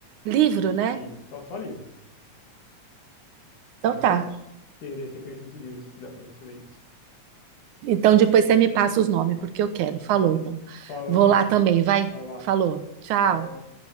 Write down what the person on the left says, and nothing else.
Livro, só, só livro.
Tem várias
seri- sequências de livros que dá pra você ler isso.
Falou,
vai lá.
Tchau.